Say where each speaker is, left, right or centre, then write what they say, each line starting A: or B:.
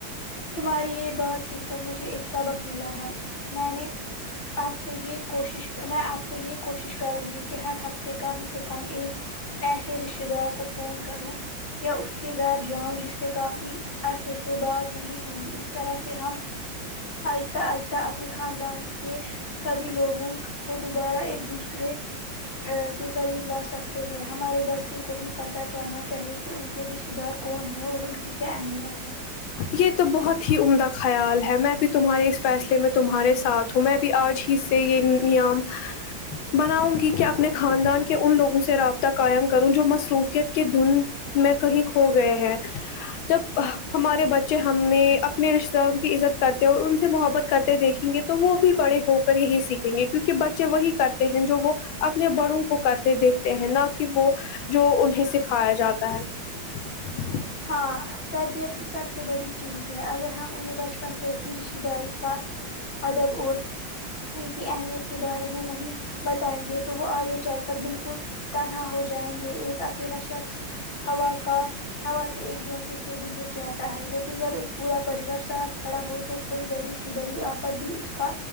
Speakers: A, on the left (about 35°); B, on the left (about 85°).
A: تمہاری یہ بات سن کر مجھے ایک سبق ملا ہے میں نے آپ سے یہ کوشش میں آپ سے یہ کوشش کروں گی کہ ہر ہفتہ کم سے کم ایک ایسے رشتے دار کو فون کروں یا اس کے گھر جاؤں جس سے کافی عرصے سے بات ہوئی اس طرح سے ہم آہستہ آہستہ اپنے خاندان کے سبھی لوگوں کو دوبارہ ایک دوسرے اں کہ قریب لا سکتے ہیں ہمارے بچوں کو بھی پتہ چلنا چاہیے کہ ان کے رشتہ دار کون ہیں اور ان کی کیا اہمیت ہے
B: یہ تو بہت ہی عمدہ خیال ہے میں بھی تمہارے اس فیصلے میں تمہارے ساتھ ہوں میں بھی آج ہی سے یہ نییم بناؤں گی کہ اپنے خاندان کے ان لوگوں سے رابطہ قائم کروں جو مصروفیت کے دھن میں کہیں کھو گئے ہیں جب ہمارے بچے ہمیں اپنے رشتے داروں کی عزت کرتے اور ان سے محبت کرتے دیکھیں گے تو وہ بھی بڑے ہو کر یہی سیکھیں دیکیں گے کیونکہ بچے وہی کرتے ہیں جو وہ اپنے بڑوں کو کرتے دیکھتے ہیں نہ کہ وہ جو انہیں سکھایا جاتا ہے
A: ہاں تربیت ہی سب سے بڑی چیز ہے اگر ہم انہیں بچپن سے ہی رشتہ داری کا ادب اور ان کی اہمیت کے بارے میں نہیں بتائیں گے تو وہ آگے چل کر بلکل تنہا ہو جائیں گے ایک اکیلا شخص ہوا کا ہوا کے ایک جھونکی سے بھی گر جاتا ہے لیکن جب ایک پورا پریوار ساتھ کھڑا ہو تو کوئی بڑی سی بڑی آفت بھی اس کا